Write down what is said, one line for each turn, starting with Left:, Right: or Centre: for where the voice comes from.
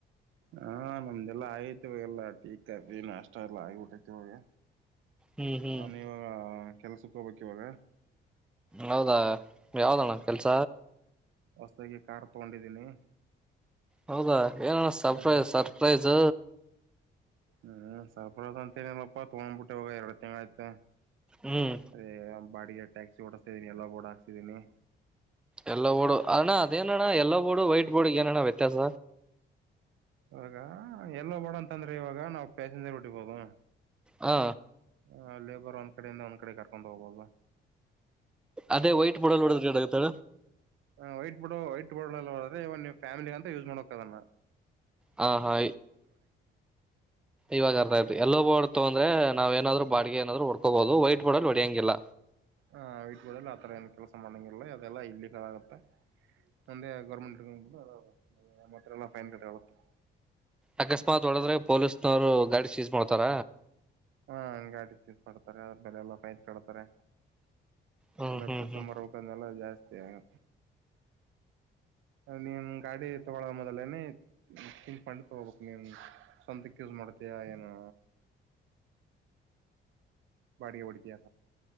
Right: ಹಾ ನಮ್ದೆಲ್ಲಾ ಆಗತಿವ ಎಲ್ಲ ಟೀ ಕಾಫಿ ನಾಷ್ಟ ಎಲ್ಲ ಆಗಿಬಿಟ್ಟೈತಿವಾಗ
Centre: ಹ್ಮ್ ಹ್ಮ್
Right: ನಾನ ಇವಾಗ ಕೆಲ್ಸಕ್ ಹೋಗ್ಕ್ ಇವಾಗ
Centre: ಹೌದಾ ಯಾವ್ದಣ್ಣ ಕೆಲ್ಸ
Right: ಹೊಸದಾಗಿ ಕಾರ್ ತಗೊಂಡಿದ್ದೀನಿ
Centre: ಹೌದಾ ಏನಣ ಸರ್ಪ್ರೈ
Right: ಹ್ಮ್
Centre: ಸರ್ಪ್ರೈಸ್
Right: ಹ್ಮ್ ಸರ್ಪ್ರಸ್ ಅಂತ ಏನಲ್ಪ್ಪಾ ತಗೊಂಡ್ಬಿಟ್ಟೆ ಹೋಗ ಎರಡ್ ತಿಂಗ್ ಆಯ್ತ
Centre: ಹ್ಮ್
Right: ಅದೇ ಬಾಡಿಗೆ ಟ್ಯಾಕ್ಸಿ ಓಡಸ್ತಿದೀನಿ ಎಲ್ಲ ಬಓಡ ಹಾಕ್ಸಿದೀನಿ
Centre: ಎಲ್ಲೋ ಬೋರ್ಡ್ ಅಣ್ಣ ಅದೇನಣ್ಣ ಎಲ್ಲೋ ಬೋರ್ಡ್ ವೈಟ್ ಬೋರ್ ಏನಣ್ಣ ವ್ಯತ್ಯಾಸ
Right: ಇವಾಗ ಎಲ್ಲೋ ಬೋರ್ಡ್ ಅಂತಂದ್ರೆ ಇವಾಗ ನಾವ್ ಪ್ಯಾಸೆಂಜರ್ ಹೊಟ್ಟಬೋದು
Centre: ಹಾ
Right: ಹ ಲೇಬರ್ ಒಂದ್ ಕಡೆಯಿಂದ ಒಂದ್ ಕಡೆ ಕರ್ಕೊಂಡು ಹೋಗ್ಬೋದಾ
Centre: ಅದೇ ವೈಟ್ ಬೋಡಲ್ ನೋಡದೇ ಆಗುತ್ತಾ
Right: ಹ ವೈಟ್ ಬಡ್ ವೈಟ್ ಬೋರ್ಡ್ ಎಲ್ಲ್ರೆ ಇವನ್ವು ಫ್ಯಾಮಿಲಿ ಅಂತ ಯೂಸ್ ಮಾಡಕದನ್ನ
Centre: ಹ ಹಾ ಇವಾಗ ಅರ್ಥ ಆಯ್ತು ಎಲ್ಲೋಬ್ಬ ಇ ಅಂದ್ರೆ ನಾವ ಏನಾದ್ರು ಬಾಡ ಏನಾದರು ಹೊಡ್ಕೋಬಹುದು ವೈಟ್ ಬೋರ್ಡ್ ಹೊಡೆಯಂಗಿಲ್ಲ
Right: ಹ ವಟ್ಲ್ಲಿ ಆತರ ಏನ್ ಕೆಲಸ ಮಾಡಂಗಿರಲ್ಲ ಅದೆಲ್ಲ ಇಲ್ಲಿ ಕ ಆಗತ್ತೆ ಒಂದೆ ಗೌರ್ಮೆಂಟ್ ಹಡ್ಕೊಂಡ್ಬ ಮಾತ್ರ ಎಲ್ಲ ಫೈನ್ ಕಟ್ಟುತ್ತೆ
Centre: ಅಕಸ್ಮಾತ್ ಹೊಡದ್ರೆ ಪೊಲೀಸ್ನವರು ಗಾಡಿ ಸೀಸ್್ ಮಾಡ್ತಾರ
Right: ಹಾ ಅಂಗಾಡಿ ಸಿಸ್ ಮಾಡಡ್ತಾರೆ ಅ ಬೆಲೆ ಎಲ್ಲ ಪೈನ್ ಕಡತಾರೆ
Centre: ಹ್ಮ್
Right: ಎಲ್ಲ
Centre: ಹ್ಮ್
Right: ಬಿಡ್ಸುಂಬಾರಬೇಕಂದೆಲ್ಲ
Centre: ಹ್ಮ್
Right: ಜಾಸ್ತಿ ಆಗೆ ನೀನ್ ಗಾಡಿ ತಗೊಳ ಮೊದಲೇನೆೇ ತಿತ್ಕೊಂಡು ತಗೋಬೇಕಕ್ ನೀನ್ ಸ್ವಂತಕ್ ಯೂಸ್ ಮಾಡ್ತಯ ಏನು ಬಡಿಗೆ ಹೊಡಿತಾ